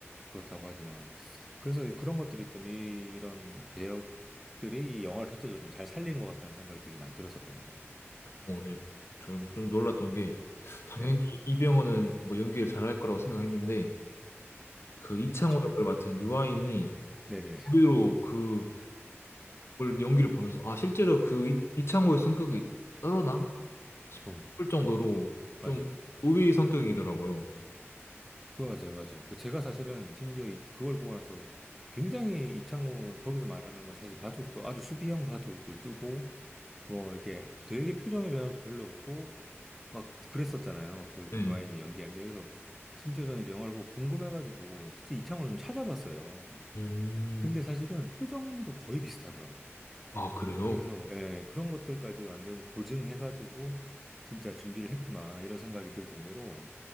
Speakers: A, in the centre; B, on the left (about 65°).
A: 그렇다고 하지만 그래서 그런 것들이 좀 이- 이런 배역들이 이 영화를 전체적으로 좀 잘 살린 것 같다는 생각이 되게 많이 들었었거든요.
B: 어, 네. 저좀 놀랐던 게 당연히
A: 네,
B: 이병헌은 뭐 연기를 잘할 거라고 생각했는데 그 이창호
A: 그쵸.
B: 역을 맡은 유아인이
A: 네네네.
B: 의외로 그걸 연기를 보면서 아 실제로 그 이, 이창호의 성격이 썰어나 싶을
A: 어,
B: 정도로
A: 맞아요,
B: 좀
A: 맞아요.
B: 우위 성격이더라고요.
A: 그거 맞아요, 맞아요. 그 제가 사실은 심지어 이- 그걸 보고 나서 굉장히 이창훈 거기서 말하는 건 사실 바둑도 아주 수비형 바둑을 두고 뭐 이게 되게 표정의 변화도 별로 없고 막 그랬었잖아요. 그
B: 네.
A: 유아인이 연기한 게. 그래서 심지어 저는 이제 영화를 보고 궁금해가지고 실제 이창호를 좀 찾아봤어요.
B: 음.
A: 근데 사실은 표정도 거의 비슷하더라고요.
B: 아, 그래요?
A: 그래서 예, 그런 것들까지 완전히 고증해가지고 진짜 준비를 했구나 이런 생각이 들 정도로